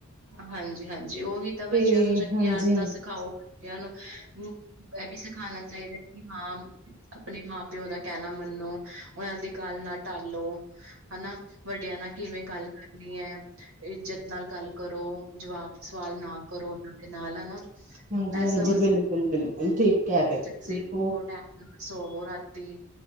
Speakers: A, on the right; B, on the right.
A: ਹਾਂਜੀ-ਹਾਂਜੀ, ਉਹੀ ਤਾ ਬੱਚਿਆਂ
B: ਤੇ
A: ਨੂੰ ਚੰਗੀਆਂ
B: ਹਾਂਜੀ-ਹਾਂਜੀ
A: ਆਦਤਾਂ ਸਿਖਾਓ। ਬੱਚਿਆਂ ਨੂੰ, ਐ ਵੀ ਸਿਖਾਣਾ ਚਾਹੀਦਾ। ਇਨਾਮ, ਆਪਣੇ ਮਾਂ-ਪਿਓ ਦਾ ਕਹਿਣਾ ਮੰਨੋ, ਉਹਨਾਂ ਦੀ ਗੱਲ ਨਾਲ ਟਾਲੋ, ਹਨਾ ਵੱਡਿਆਂ ਨਾਲ ਕਿਵੇਂ ਗੱਲ ਕਰਨ ਕਰਨੀ ਐ, ਇੱਜਤ ਨਾਲ ਗੱਲ ਕਰੋ, ਜਵਾਬ-ਸਵਾਲ ਨਾ ਕਰੋ ਉਹਨਾਂ ਦੇ ਨਾਲ ਹਨਾ।
B: ਹਾਂਜੀ-ਹਾਂਜੀ,
A: ਇਹ ਸਭ ਅਸੀਂ
B: ਬਿਲਕੁਲ-ਬਿਲਕੁਲ ਠੀਕ ਕਹਿ ਰਹੇ ਓ ਤੁਸੀਂ,
A: ਜਲਦੀ
B: ਬੋ
A: ਟਾਈਮ ਸੋਵੋ ਰਾਤੀ